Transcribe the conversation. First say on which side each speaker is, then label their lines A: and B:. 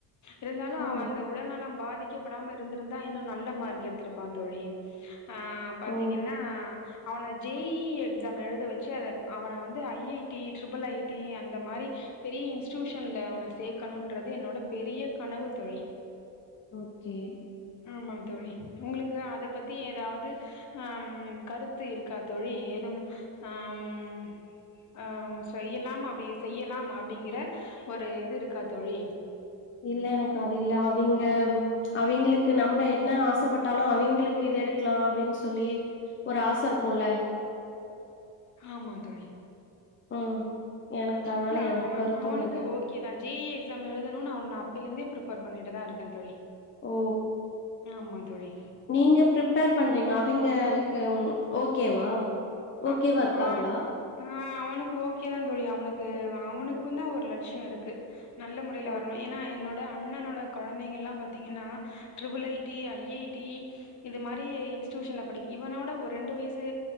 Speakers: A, on the left; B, on the left.
A: இருந்தாலு அவெ
B: ஓ!
A: அந்த உடல்நலம் பாதிக்கப்படாம இருந்திருந்தா இன்னு நல்ல மார்க் எடுத்திருப்பா தோழி அ பாத்தீங்கன்னா
B: ஓ!
A: அவன ஜே இ எக்ஸாம் எழுத வ ச்சு அத அவன வந்து I I T triple I T அந்த மாரி பெரிய இன்ஸ்டூஷன்ல அவன சேக்கணுன்றது என்னோட பெரிய கனவு தோழி
B: ஓகே
A: ஆமாந் தோழி ஒங்களுக்கு அத பத்தி ஏதாவது அ ம் கருத்து இருக்கா தோழி ஏதும் அ ம் ஆ செய்யலாம் அப்டி செய்யலாம் அப்டிங்கிற ஒரு இது இருக்கா தோழி
B: இல்ல எனக்கு அது இல்ல அவிங்க அவிங்களுக்கு நம்ப என்ன ஆசப்பட்டாலு அவிங்களுக்கு இது எடுக்கலா அப்டின் சொல்லி ஒரு ஆச இருக்குல்ல
A: ஆமாந் தோழி
B: ம் எனக்கு அதனால
A: இல்ல
B: எந்த
A: அவெ
B: கருத்து
A: அவனுக்கு
B: இல்ல
A: ஓ கே தா ஜே இ எக்ஸாம் எழுதணூனு அவன அப்பேலிந்தே ப்ரிப்பர் பண்ணிட்டுதா இருக்கே தோழி
B: ஓ
A: ஆமாந் தோழி
B: நீங்க ப்ரிப்பேர் பண்றீங்க அவிங்க அதுக்கு ஓகேவா
A: ஆ
B: ஓகேவா இருக்காங்களா
A: ஆ ஆ அவனுக்கு ஓகேதாந் தோழி அவனுக்கு அவனுக்குந் தா ஒரு லட்சியோ இருக்கு நல்ல முறைல
B: ஓ
A: வரணு ஏனா என்னோட அண்ணனோட கொழந்தைங்கள்லா பாத்திங்கன்னா triple I T I I T இது மாரி இன்ஸ்ட்டியூஷன்ல படிக்கு இவனோட ஒரு ரெண்டு வயசு